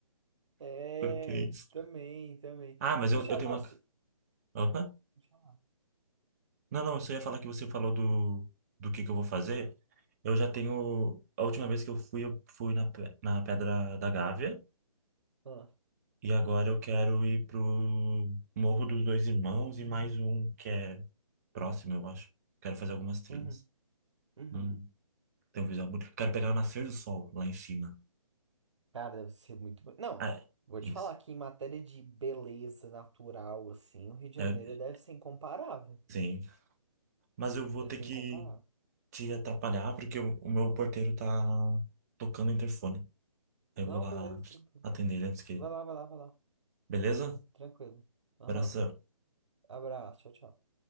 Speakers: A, on the right; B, on the right.
A: É,
B: por que isso?
A: também, também.
B: Ah, mas
A: Se
B: eu,
A: achar,
B: eu tenho
A: nossa.
B: uma Opa.
A: Deixa eu
B: Não, não, eu só ia falar que você falou do, do que que eu vou fazer. Eu já tenho. A última vez que eu fui, eu fui na, pe- na Pedra da Gávea.
A: falar.
B: E agora eu quero ir pro Morro dos Dois Irmãos e mais um que é próximo, eu acho. Quero fazer algumas trilhas.
A: Uhum, uhum.
B: Hum, tem um visual bonito. Quero pegar o nascer do sol lá em cima.
A: Cara, deve ser muito. bo- Não,
B: Ah, é,
A: vou te
B: isso.
A: falar que em matéria de beleza natural, assim, o Rio de Janeiro
B: É,
A: deve ser incomparável.
B: sim. Mas eu vou
A: Deve
B: ter
A: ser
B: que
A: incomparável.
B: te atrapalhar porque o, o meu porteiro tá tocando o interfone. Eu
A: Não,
B: vou lá
A: beleza, tranquilo.
B: atender ele antes que.
A: Vai lá, vai lá, vai lá.
B: Beleza?
A: Tranquilo. Aham.
B: Abração.
A: Abraço, tchau, tchau.